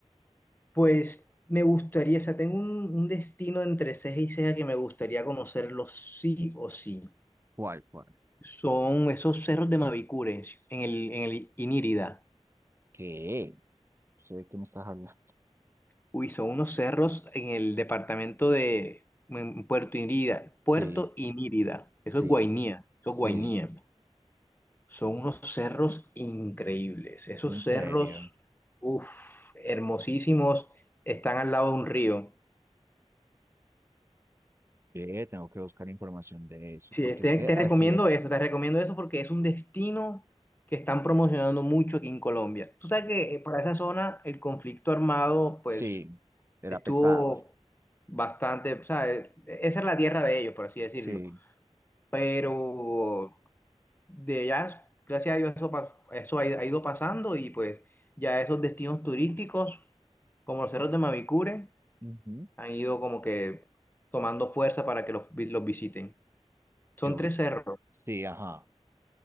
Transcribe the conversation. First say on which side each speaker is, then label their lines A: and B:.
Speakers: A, on the left; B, on the right.
A: Pues me gustaría, o sea, tengo un, un destino entre ceja y ceja que me gustaría conocerlo sí o sí.
B: ¿Cuál, cuál?
A: Son esos cerros de Mavicure en el, en el Inírida.
B: ¿Qué? No sé de qué me estás hablando.
A: Uy, son unos cerros en el departamento de en Puerto Inírida. Puerto
B: Sí,
A: Inírida.
B: sí,
A: Eso es Guainía. Eso
B: sí,
A: es Guainía. Son unos cerros increíbles. Esos
B: en serio.
A: cerros, uff, hermosísimos, están al lado de un río.
B: Ve, tengo que buscar información de eso,
A: Sí,
B: porque
A: este,
B: es que
A: te
B: así,
A: recomiendo eso, te recomiendo eso porque es un destino que están promocionando mucho aquí en Colombia. Tú sabes que eh, para esa zona el conflicto armado pues
B: sí, era
A: estuvo
B: pesado,
A: bastante, o sea, eh, esa es la tierra de ellos, por así decirlo.
B: sí.
A: Pero de allá, gracias a Dios, eso, pa- eso ha, ha ido pasando y pues ya esos destinos turísticos como los cerros de Mavicure
B: ujú,
A: han ido como que tomando fuerza para que los, vi- los visiten. Son
B: Yo,
A: tres cerros.
B: sí, ajá,